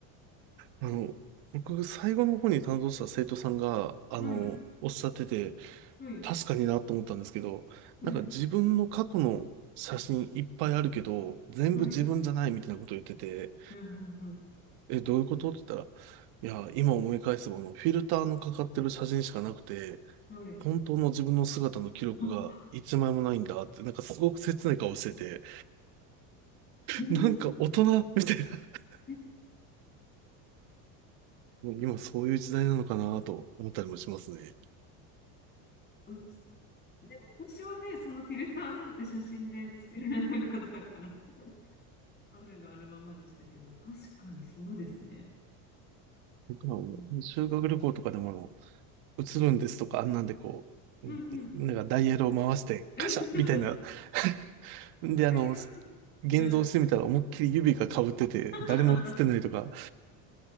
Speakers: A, on the right (about 65°); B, on the left (about 25°).
A: あの、僕、最後の方に担当した生徒さんが、あの、
B: はい、
A: おっしゃってて、
B: はい、
A: 確かになと思ったんですけど、
B: はい、
A: なんか自分の過去の写真いっぱいあるけど、全部自分じゃないみたいなことを言ってて、
B: はい。うん、うん、
A: え、どういうことって言ったら、いや、今思い返せば、あの、フィルターのかかってる写真しかなくて、
B: うん。はい。
A: 本当の自分の姿の記録が一枚もないんだって、
B: <laughs> な
A: なんかすごく切ない顔してて、
B: るほど
A: なんか大人みたいな、<laughs>
B: ね
A: もう今そういう時代なのかなと思ったりもしますね。
B: うんね、昔はね、そんなフィルターなんて写真でつけられなかったから、<laughs> あるがあるままでしたけど、確かにそうですね。
A: 僕らも修学旅行とかでも、
B: うん、
A: 映るんですとか、あんなんでこう、
B: うんうん。
A: んなんかダイヤルを回して、
B: <laughs>
A: カシャみたいな。<laughs> で、
B: わかります。
A: あの、現像してみたら思いっきり指が被ってて、
B: はい。<laughs>
A: 誰も映ってないとか、